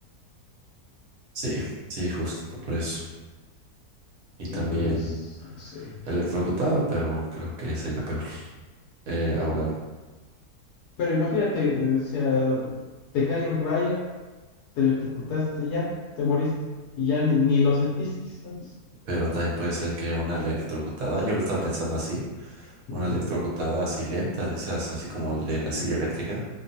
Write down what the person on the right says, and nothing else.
Sí, sí, justo por eso. Y
también
electrocutado, pero creo que sería peor. Eh, ahogado.
Pero también puede ser que una electrocutada, yo lo estaba pensando así,
una electrocutada así lenta, de esas, así como el de la silla eléctrica,